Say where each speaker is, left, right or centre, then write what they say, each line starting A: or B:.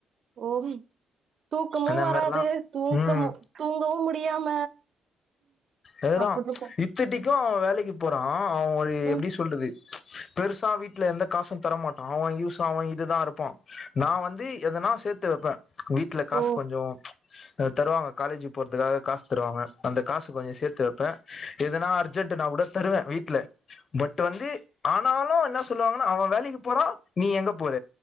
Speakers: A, on the right; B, on the left.
A: ஓ தூக்கமும்
B: அந்த
A: வராது
B: மாரிலா
A: தூக்க
B: ம்
A: தூங்கவும் முடியாம
B: அதுதா
A: அப்டிருக்கு
B: இப்பதிக்கு அவன் வேலைக்கு போறா அவுங்களு
A: ம்
B: எப்டி சொல்றது பெருசா வீட்ல எந்த காசு தரமாட்டா அவன் யூஸ் அவன் இதுதா இருப்பா நா வந்து எதனா சேத்து வெப்ப வீ வீட்ல காசு
A: ஓ
B: கொஞ்சோ த தருவாங்க காலேஜ் போற்துக்காக காசு தருவாங்க அந்த காசு கொஞ்சோ சேத்து ப எதனா அர்ஜென்ட்டுனா கூட தருவே வீட்ல பட் வந்து ஆனாலு என்ன சொல்லுவாங்கன்னா அவன் வேலைக்கு போறா நீ எங்க போற